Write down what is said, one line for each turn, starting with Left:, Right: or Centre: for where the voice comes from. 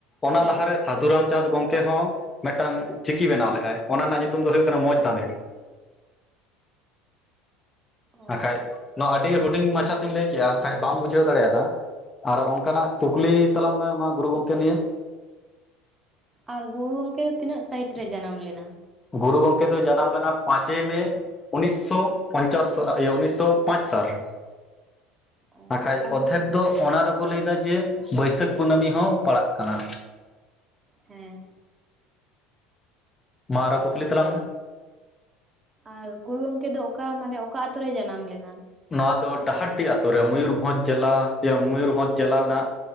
Left: ᱚᱱᱟ
Right: ᱦᱮᱸ
Left: ᱞᱟᱦᱟᱨᱮ ᱥᱟᱹᱫᱷᱩ ᱨᱟᱢᱪᱟᱸᱫᱽ ᱜᱚᱝᱠᱮ ᱦᱚᱸ ᱢᱤᱫᱴᱟᱝ ᱪᱤᱠᱤ ᱵᱮᱱᱟᱣ ᱞᱮᱫᱟᱭ ᱚᱱᱟ ᱨᱮᱱᱟᱜ ᱧᱩᱛᱩᱢ ᱫᱚ ᱦᱩᱭᱩᱜ ᱠᱟᱱᱟ ᱢᱚᱸᱡᱽ ᱫᱟᱸᱫᱷᱮᱲ
Right: ᱚ
Left: ᱦᱟᱠᱷᱟᱡ
Right: ᱦᱮᱸ
Left: ᱱᱚᱣᱟ ᱟᱹᱰᱤ ᱦᱩᱰᱤᱧ ᱢᱟᱪᱷᱟ ᱛᱤᱧ ᱞᱟᱹᱭ ᱠᱮᱼᱟ ᱦᱟᱠᱷᱟᱡ ᱵᱟᱢ ᱵᱩᱡᱷᱟᱹᱣ ᱫᱟᱲᱮᱭᱟᱫᱟ ᱟᱨᱚ ᱚᱱᱠᱟᱱᱟᱜ ᱠᱩᱠᱞᱤ ᱛᱟᱞᱟᱝ ᱢᱮ ᱢᱟ ᱜᱩᱨᱩ ᱜᱚᱢᱠᱮ ᱱᱤᱭᱟᱹ
Right: ᱟᱨ ᱜᱩᱨᱩ ᱜᱚᱝᱠᱮ ᱛᱤᱱᱟᱹᱜ ᱥᱟᱦᱤᱛ ᱨᱮᱭ ᱡᱟᱱᱟᱢ ᱞᱮᱱᱟ?
Left: ᱜᱩᱨᱩ ᱜᱚᱢᱠᱮ ᱫᱚᱭ ᱡᱟᱱᱟᱢ ᱞᱮᱱᱟ ᱯᱟᱸᱪᱮᱭ ᱢᱮ ᱩᱱᱤᱥᱥᱚ ᱯᱚᱸᱧᱪᱟᱥ ᱤᱭᱟᱹ ᱩᱱᱤᱥᱥᱚ ᱯᱟᱸᱪ ᱥᱟᱞ ᱨᱮ
Right: ᱚ
Left: ᱟᱠᱷᱟᱡ
Right: ᱟᱨ
Left: ᱚᱨᱫᱷᱮᱠ ᱫᱚ ᱚᱱᱟ ᱫᱚᱠᱚ ᱞᱟᱹᱭᱫᱟ ᱡᱮ ᱵᱟᱹᱭᱥᱟᱹᱠᱷ ᱠᱩᱱᱟᱹᱢᱤ ᱦᱚᱸ ᱯᱟᱲᱟᱜ ᱠᱟᱱᱟ
Right: ᱦᱮᱸ
Left: ᱢᱟ ᱟᱨᱚ ᱠᱩᱠᱞᱤ ᱛᱟᱞᱟᱝ ᱢᱮ
Right: ᱟᱨ ᱜᱩᱨᱩ ᱜᱚᱝᱠᱮ ᱫᱚ ᱚᱠᱟ ᱢᱟᱱᱮ ᱚᱠᱟ ᱟᱹᱛᱩ ᱨᱮᱭ ᱡᱟᱱᱟᱢ ᱞᱮᱱᱟ?
Left: ᱱᱚᱣᱟ ᱫᱚ ᱰᱟᱦᱟᱨᱰᱤ ᱟᱹᱛᱩ ᱨᱮ ᱢᱚᱭᱩᱨᱵᱷᱚᱸᱡᱽ ᱡᱮᱞᱟ ᱤᱭᱟᱹ ᱢᱚᱭᱩᱨᱵᱷᱚᱸᱡᱽ ᱡᱮᱞᱟ ᱨᱮᱱᱟᱜ